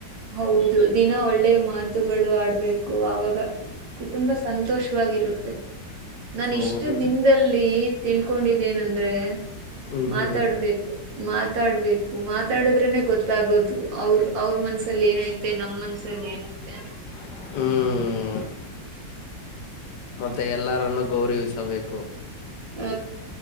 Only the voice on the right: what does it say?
ಹೌದು ದಿನ ಒಳ್ಳೆ ಮಾತುಗಳು ಆಡ್ಬೇಕು ಆವಾಗ ಕುಟುಂಬ ಸಂತೋಷವಾಗಿರುತ್ತೆ ನಾಾನ
ಇಷ್ಟು ದಿನದಲ್ಲಿ ತಿಳ್ಕೊಂಡಿದ್ದೇನಂದ್ರೆ
ಮಾತಾಡ್ಬೇಕು
ಮಾತಾಡ್ಬೇಕು ಮಾತಾಡುದ್ರನೆ ಗೊತ್ತಾಗೋದು ಅವ್ರ ಅವ್ರ ಮನ್ಸು ಮನಸಲಿ ಏನಐತೆ ನಮ್ಮ ಮನ್ಸಲ್ಲಿ ಏನೈತೆ
ಹ್ಮ